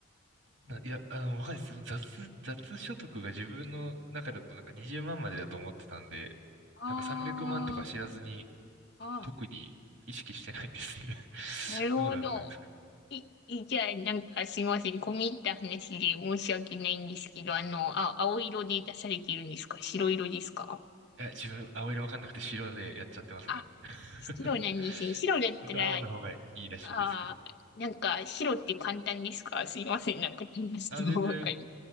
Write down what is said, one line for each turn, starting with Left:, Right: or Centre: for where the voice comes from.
Right: ないや、あの、わかんないです。その雑、雑所得が自分の中だとなんか20万まんまでだと思ってたんで、
Left: あ
Right: なんか300万とか知らずに
Left: あ、
Right: 特に意識してないですね。
Left: あ
Right: <laughs>
Left: ー、なるほど。
Right: どうなんですかね
Left: い、いじゃあ、なんかすいません。込み入った話で申し訳ないんですけど、あの、あ、青色で出されてるんですか白色ですか
Right: いや、自分青色わかんなくて白でやっちゃってますね。
Left: あ、
Right: <laughs>
Left: 白なんですね。白だったら
Right: 本当は青の方がいいらしいですけど。
Left: ああ、なんか、白って簡単ですかすいません、なんか、質問ばっかり。
Right: あ、全然、